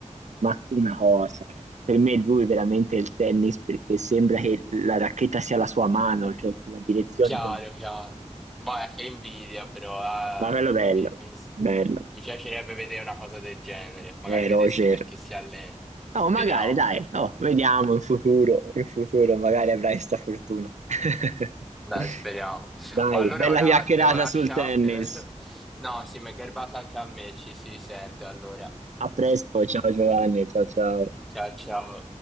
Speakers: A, on the right (about 70°); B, in the centre.
A: Ma una cosa, per me lui è veramente il tennis perché sembra che la racchetta sia la sua mano, cioè la direzione
B: Chiaro,
A: con
B: chiaro. Boia, che invidia, però eh,
A: ma quello
B: mi,
A: bello,
B: mi-
A: bello.
B: mi piacerebbe vedere una cosa del genere. Magari
A: Eh,
B: vedessi
A: Roger.
B: nel che si allena.
A: Oh,
B: Speriamo.
A: magari, dai. Oh, vediamo in futuro, in futuro magari avrai sta fortuna. <laughs>
B: Dai, speriamo.
A: Dai,
B: Oh, allora
A: bella
B: ora
A: chiacchierata
B: ti devo lasciare,
A: sul tennis.
B: Pietro. No, sì, mi è garbata anche a me, ci si risente allora.
A: A presto, ciao Giovanni, ciao ciao.
B: Ciao, ciao.